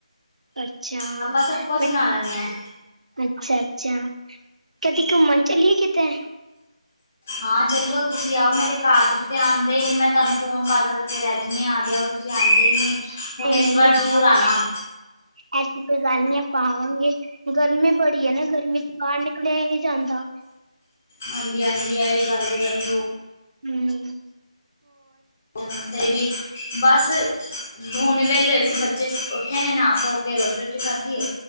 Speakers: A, on the right; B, on the left.
A: ਅੱਛਾ
B: ਆਪਾਂ ਸਭ ਕੁਛ
A: ਅ
B: ਬਣਾ ਲੈਂਦੇ ਹਾਂ
A: ਅੱਛਾ ਅੱਛਾ ਕਦੀ ਘੁੰਮਣ ਚੱਲਏ ਕਿਤੇ,
B: ਹਾਂ ਚਲੋ ਤੁਸੀਂ ਆਓ, ਮੇਰੇ ਘਰ ਤੁਸੀ ਤੇ ਆਦੇ ਹੀ ਨੀ ਮੈਂ ਤੁਹਾਨੂੰ ਫੋਨ ਕਰਕੇ ਰੱਖ ਰਹਿ ਜਵੇ ਆ ਜਾਓ। ਤੁਸੀ ਆਂਦੇ ਹੀ ਨਹੀਂ ਹੁਣ ਇਸ
A: ਨਹੀਂ
B: ਵਾਰ ਜ਼ਰੂਰ
A: ਆਵਾਂਗੇ
B: ਆਣਾ।
A: ਐਸੀ ਕੋਈ ਗੱਲ ਨੀ ਆਪਾਂ ਆਵਾਂਗੇ ਗਰਮੀ ਬੜੀ ਹੈ ਨਾ ਗਰਮੀ ਤੋਂ ਬਾਰ ਨਿਕਲਿਆ ਈ ਨੀ ਜਾਂਦਾ।
B: ਹਾਂਜੀ ਹਾਂਜੀ ਇਹ ਵੀ ਗੱਲ ਕਰਨੀ ਬਹੁ
A: ਹੂੰ,
B: ਜਿਥੇ ਵੀ, ਬਸ ਹੁਣੇ ਵੇਲੇ ਏ ਸੀ ਬੱਚੇ ਉੱਥੇ ਨੇ ਨਾ ਧੋ ਕੇ ਰੋਟੀ ਰੋਟੀ ਖਾਧੀ ਐ।